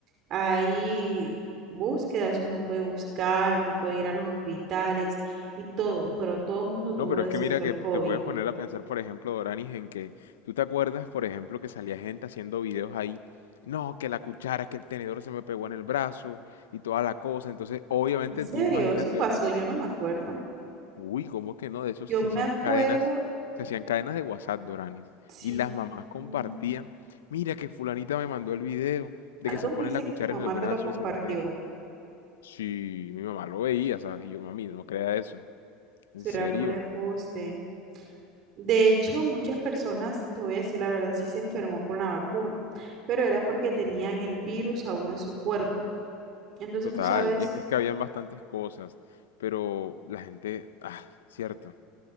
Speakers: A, on the right; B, on the left.
A: hay búsquedas, uno puede buscar, uno puede ir a los hospitales y todo, pero todo el mundo tuvo
B: No, pero
A: de
B: es que
A: cerca
B: mira que
A: el COVID.
B: te puedes poner a pensar, por ejemplo, Doranis, en que tú te acuerdas, por ejemplo, que salía gente haciendo videos ahí, no, que la cuchara, que el tenedor se me pegó en el brazo y toda la cosa. Entonces, obviamente
A: ¿En serio?
B: tú imagínate,
A: Eso pasó, yo no me acuerdo.
B: uy, ¿cómo que no? De eso
A: Yo
B: se
A: me
B: hacían
A: acuerdo,
B: cadenas, se hacían cadenas de WhatsApp, Doranis.
A: sí,
B: Y las mamás compartían,
A: mm,
B: mira que fulanita me mandó el video de
A: algo
B: que se
A: me
B: pone
A: dice
B: la
A: que
B: cuchara
A: tu mamá
B: en el brazo
A: te lo compartió.
B: y se le pega. Sí, mi mamá lo veía, ¿sabes? Y yo, mami, no crea eso. ¿En
A: Será
B: serio?
A: por embuste. De hecho, muchas personas, te voy a decir la verdad, sí se enfermó con la vacuna, pero era porque tenían el virus aún en su cuerpo. Entonces,
B: Total,
A: tú sabes
B: es, es que habían bastantes cosas, pero la gente, ah, cierto,